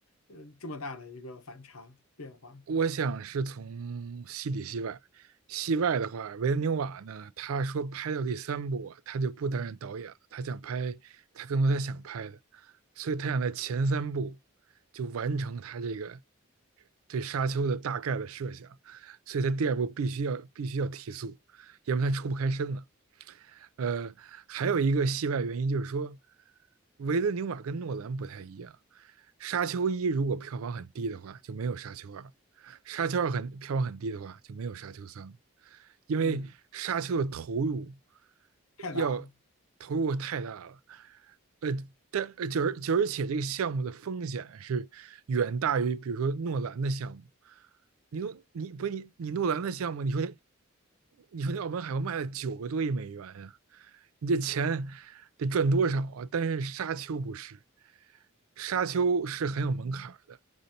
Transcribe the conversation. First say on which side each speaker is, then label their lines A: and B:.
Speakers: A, on the left (about 85°); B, on the right (about 80°).
A: 呃，这么大的一个反差变化。
B: 我想是从戏里戏外，戏外的话，维伦纽瓦呢，他说拍到第三部啊他就不担任导演了，他想拍他更多他想拍的，所以他想在前三部就完成他这个对沙丘的大概的设想，所以他第二部必须要必须要提速，要不然他抽不开身了。呃，还有一个戏外原因就是说，维伦纽瓦跟诺兰不太一样，沙丘一如果票房很低的话，就没有沙丘二。沙丘二很票房很低的话，就没有沙丘三，因为沙丘的投入
A: 嗯，太大了。
B: 要投入太大了。呃，但呃就是，而且而且这个项目的风险是远大于，比如说诺兰的项目。你诺你不是你你诺兰的项目，你说你说那澳门海默卖了九个多亿美元呀、啊你这钱得赚多少啊？但是沙丘不是，沙丘是很有门槛的，